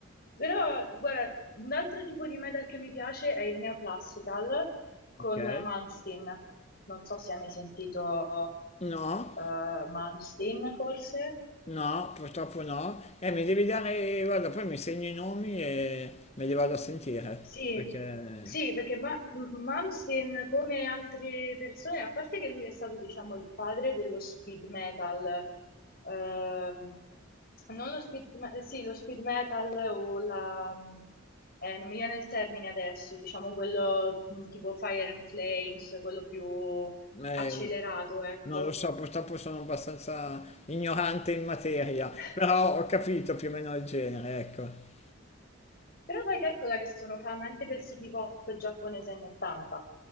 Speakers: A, on the left (about 45°); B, on the left (about 30°).
A: però, guarda, un altro tipo di metal che mi piace è il neoclassical con
B: ok.
A: Malmsteen. Non so se hai mai sentito
B: No,
A: eh, Malmsteen, forse.
B: no, purtroppo no. Eh, mi devi dare, guarda, poi mi segno i nomi e me li vado a sentire,
A: Sì,
B: perché
A: sì, perché Ma- M- Malmsteen, come altre persone, a parte che lui è stato, diciamo, il padre dello speed metal, ehm, non lo speed, ma- eh, sì, lo speed metal o la, eh, non mi viene il termine adesso, diciamo quello mh, tipo Fire and Flames, quello più
B: eh,
A: accelerato, ecco.
B: non lo so, purtroppo sono abbastanza ignorante in materia,
A: <laughs>
B: però ho capito più o meno il genere, ecco.
A: Però poi calcola che sono fan anche del city pop giapponese anni 80,